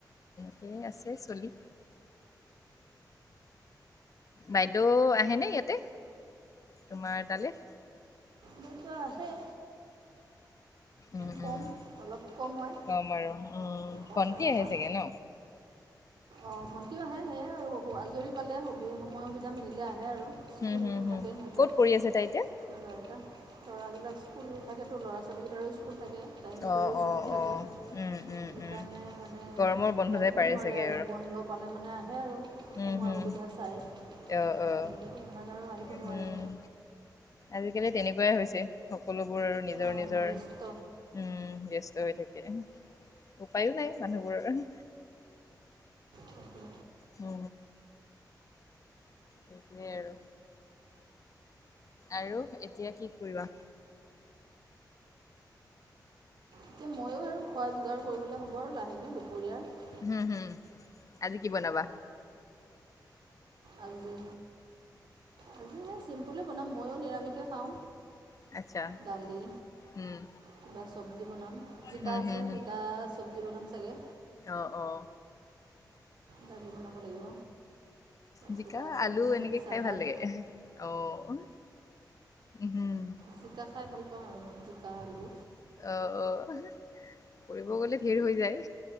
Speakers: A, on the left; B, on the right.
A: ঠিক আছে চলি। বাইদেউ আহেনে ইয়াতে তোমাৰ তালৈ?
B: খাদ্য আছেই।
A: উম,
B: কম
A: উম,
B: অলপ কম হয়
A: কম আৰু উম,
B: কম
A: ভণ্টি
B: হয় অহা।
A: আহে চাগে ন
B: অঁ ভণ্টিও আহে সেয়াই আৰু আজৰি পালে সুবি সময় সুবিধা মিলিলে আহে আৰু। স্কুল
A: হুম, হুম, হুম
B: থাকে সিহঁতৰ
A: ক'ত কৰি আছে তাই এতিয়া?
B: ল'ৰাকেইটা ল'ৰাবিলাক স্কুল থাকেতো ল'ৰা ছোৱালীকেইটাৰো স্কুল থাকে। তাইমতো নিজৰো
A: অ',
B: স্কুল
A: অ',
B: থাকে।
A: অ', উম, উম,
B: সেইকাৰণে
A: উম
B: মানে
A: গৰমৰ বন্ধতে
B: আহিব
A: পাৰে
B: নোৱাৰে
A: চাগে
B: আৰু বন্ধ পালে মানে আহে আৰু।
A: উম,
B: সময়
A: হম
B: সুবিধা চাই,
A: অ', অ',
B: তেনেকৈ ইমান আৰু আহিব নোৱাৰে।
A: উম, আজিকালি তেনেকোৱাই হৈছে সকলোবোৰ আৰু নিজৰ
B: অঁ
A: নিজৰ
B: ব্যস্ত
A: উম ব্যস্ত হৈ থাকে, উপায়ো নাই মানুহবোৰৰ
B: তাকে
A: উ সেই আৰু আৰু এতিয়া কি কৰিবা
B: এতিয়া ময়ো আৰু খোৱা যোগাৰ কৰিবলে হ'ব আৰু লাহেকে দুপৰীয়াৰ।
A: হম হম আজি কি বনাবা?
B: আজি, আজি এনে চিম্পুলে বনাম ময়ো নিৰামিষে খাও।
A: আচ্ছা,
B: দালি
A: উম।
B: কিবা চবজি বনাম, জিকা
A: হুম,
B: আছে
A: হুম, হুম,
B: জিকা চবজি বনাম চাগে
A: অ অ
B: দালি বনাব লাগিব।
A: জিকা
B: কিবা চাটনি
A: আলু এনেকে
B: চালাড
A: খাই ভাল লাগে। অ উম হম
B: জিকা খাই ভাল পাওঁ আৰু মই জিকা আলু।
A: অ অ এহে কৰিব গ'লে ধেৰ হৈ যায়।